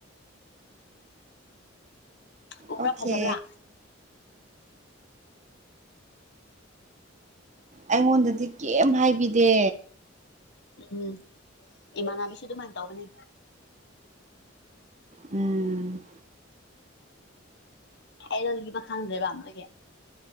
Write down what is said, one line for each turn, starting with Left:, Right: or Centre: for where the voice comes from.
Left: ꯎꯕ꯭ꯔꯥ
Right: ꯑꯣꯀꯦ
Left: ꯐꯖꯕ꯭ꯔꯥ
Right: ꯑꯩꯉꯣꯟꯗꯗꯤ ꯀꯦꯝꯝ ꯍꯥꯏꯕꯤꯗꯦ
Left: ꯎꯝ ꯏꯃꯥꯟꯅꯕꯤꯁꯨ ꯑꯗꯨꯃꯥꯏꯅ ꯇꯧꯒꯅꯤ
Right: ꯎꯝ
Left: ꯑꯩꯔꯣꯜꯒꯤꯕ ꯈꯪꯗ꯭ꯔꯦꯕ ꯑꯝꯗꯒꯤ